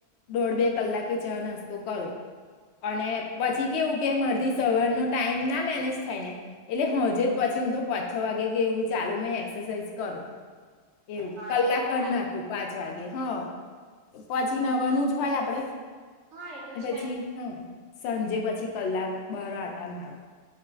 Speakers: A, on the left; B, on the right.
A: દોઢ બે કલાકે ચા નસતો કરું. અને પછી કેવું કે મારથી સવારનો ટાઈમ ના મેનેજ થાય ને એટલે હોજેજ
B: હમ
A: પછી હું તો પાચ છો વાગે કે એવું ચાલુ મ એક્સરસાઇઝ કરું એવું
B: હા
A: કલાક
B: એ પણ
A: કર
B: ચાલે
A: નાખુ પાંચ વાગે હા પછી નવાનું જ હોય આપડે
B: હા એ તો છે
A: પછી
B: જ
A: હા સાંજે પછી કલાક બાર આટા મારું